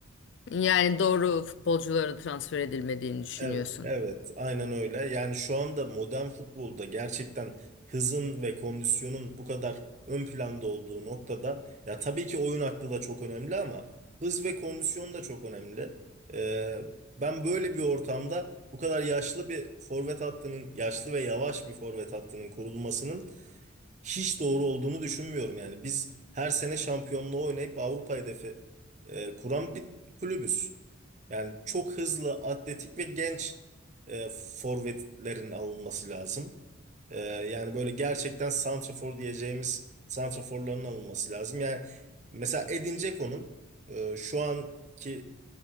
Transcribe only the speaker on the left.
Yani doğru futbolculara transfer edilmediğini düşünüyorsun.